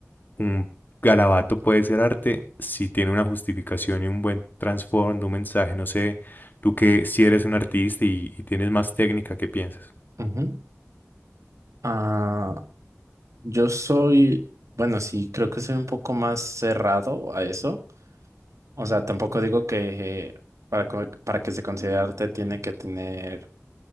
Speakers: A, on the left (about 40°); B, on the right (about 80°).
A: un garabato puede ser arte si tiene una justificación y un buen trasfondo, un mensaje. No sé, tú que si eres un artista y, y tienes más técnica, ¿qué piensas?
B: Ujú. Ah, yo soy, bueno, sí, creo que soy un poco más cerrado a eso. O sea, tampoco digo que eh, para, co- para que se considere arte tiene que tener